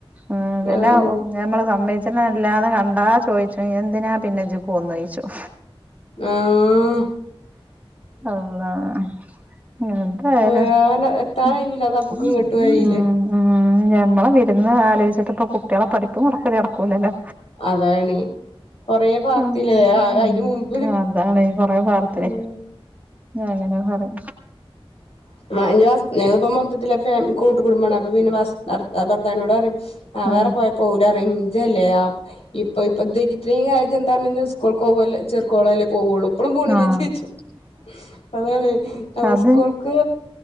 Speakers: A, on the right (about 15°); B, on the left (about 85°).
A: ഉം പിന്നെ
B: അതാണ്
A: നമ്മളെ സമ്മയ്ച്ച <unintelligible> കണ്ടാ ചോയ്ച്ചും എന്തിനാപിന്നെജ്ജ് പൊന്നെ ചോയ്ച്ചും
B: ഈഹ്
A: അല്ലാഹ് എന്തായാലും
B: പോരാൻ എത്താനായില്ല
A: ഉം
B: അത് അപ്പക്ക് ഇങ്ങട്ടും ആയില്ലേ
A: ഉം മ്മ് ഞമ്മളെ വിരുന്ന് അലോച്ചിട്ട്പ്പൊ കുട്ടിയാളെ പഠിപ്പ് മൊടക്കല് നടക്കൂലല്ലോ
B: അതാണേ കൊറേ പാർത്തില്ലേ
A: അഹ് <unintelligible>
B: അയിന്റെ മുമ്പ്
A: അതാണെയ് കൊറെ വർ തെ
B: ഉം
A: അങ്ങനെ പറിം
B: <unintelligible> <unintelligible> <unintelligible> ഭർത്താവിനോടറിയും ആഹ് വേറെ
A: ഉം
B: പോയ പോവൂലറയ്യും <unintelligible> <unintelligible> അപ്പളും പോണില്ലേജ്ജ്
A: ആഹ്
B: ചോയ്ച്ചും അതാണ് നമ്മ
A: അത്
B: സ്കൂൾക്ക്